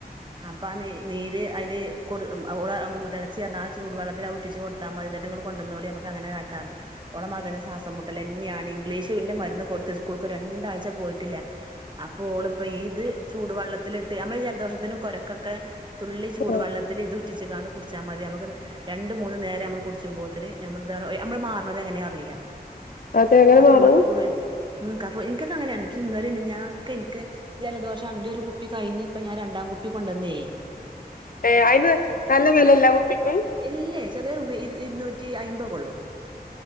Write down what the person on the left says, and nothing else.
ആഹ്
അതെ അങ്ങനെ
മാറും
ഏ അയിന് നല്ല വെലെല്ല ആ കുപ്പിക്ക്